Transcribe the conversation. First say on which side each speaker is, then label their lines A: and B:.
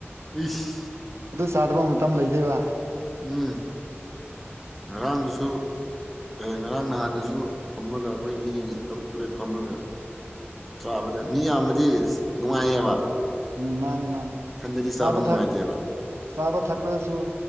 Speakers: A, in the centre; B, on the right.
A: ꯏꯁ
B: ꯑꯗꯨ ꯆꯥꯗꯕ ꯃꯇꯝ ꯂꯩꯗꯦꯕ
A: ꯎꯝ ꯉꯔꯥꯡꯗꯨꯁꯨ ꯑꯦ ꯉꯔꯥꯡ ꯅꯍꯥꯟꯗꯁꯨ ꯐꯝꯃꯒ ꯑꯩꯈꯣꯏ ꯑꯅꯤ ꯇꯔꯨꯛ ꯇꯔꯦꯠ ꯐꯝꯃꯒ ꯆꯥꯕꯗ ꯃꯤ ꯌꯥꯝꯕꯗꯤ ꯅꯨꯡꯉꯥꯏꯌꯦꯕ
B: ꯎꯝ ꯃꯥꯅꯦ ꯃꯥꯅꯦ
A: ꯏꯊꯟꯗꯗꯤ
B: ꯆꯥꯕ
A: ꯅꯨꯡꯉꯥꯏꯇꯦꯕ
B: ꯊꯛ ꯆꯥꯕ ꯊꯛꯄꯗꯁꯨ